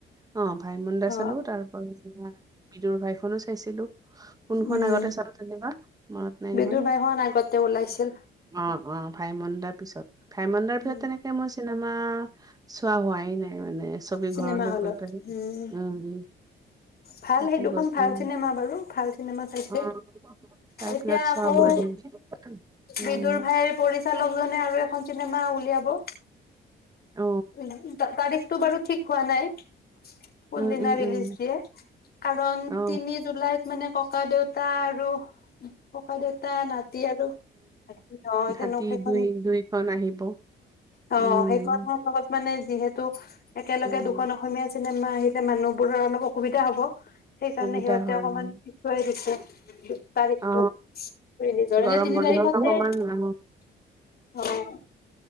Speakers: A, on the right (about 20°); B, on the left (about 50°).
A: অ ভাইমন্দা
B: অ
A: চালো তাৰ পৰা বিদুৰ ভাইখনো চাইছিলো কোনখন
B: উম
A: আগতে চালো তেনেবা মনত নাই
B: বিদুৰ
A: নহয়
B: বাইখন আগতে ওলাইছিল
A: অ অ ভাইমন্দাৰ পিছত ভাইমন্দাৰ ভিতৰত
B: উম
A: তেনেকে মই চিনেমা চোৱা হোৱাই নাই মানে ছবি
B: চিনেমা
A: ঘৰলৈ
B: হলত
A: গৈ পেলাই
B: উম
A: উম
B: ভাল
A: তাতে
B: সেই দুখন
A: গৈ পেলাই
B: ভাল চিনেমা বাৰু ভাল চিনেমা চাইছে
A: অ তাৰ
B: এতিয়া
A: পিছত
B: আকৌ
A: চোৱা হোৱাই নাই উম
B: বিদুৰ ভাইৰ পৰিচালকজনে আৰু এখন চিনেমা উলিয়াব
A: অ
B: উম তা তাৰ ৰি তো বাৰু ঠিক খোৱা নাই কোন
A: উম
B: দিনা
A: উম
B: ৰিলিজ
A: উম
B: দিয়ে কাৰণ
A: অ
B: তিনি জুলাইত মানে ককা দেউতা আৰু ককাই দেউতা নাতি আৰু ন ন তেওঁন
A: হাতী
B: সেইখন
A: দুই দুইখন আহিব
B: অ
A: উম
B: সেইখন লগত মানে যিহেতু ত একেলগে
A: উম
B: দুখন অসমীয়া আছিল চিনেমা আহিলে মানুহবোৰৰ অলপ অসুবিধা হ'ব সেইকাৰণে
A: সুবিধা
B: সিহঁতে
A: হয়
B: অকমান
A: উম
B: পিছোৱাই দিছে তাৰিখটো
A: অ
B: লিজৰনে
A: গৰম
B: তিনি
A: বন্ধত
B: তাৰিখতে
A: অকমান অ
B: অ